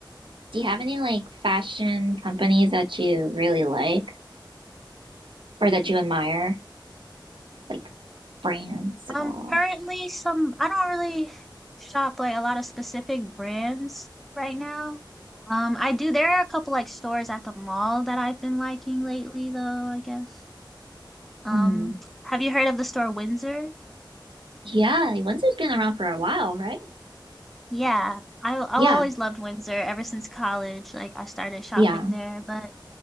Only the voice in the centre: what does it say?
Um,
currently some I don't really shop like a lot of specific brands right now. Um, I do there are a couple like stores at the mall that I've been liking lately though, I guess. Um,
have you heard of the store Windsor?
Yeah, I, I've always
loved Windsor ever since college. Like I started shopping
there, but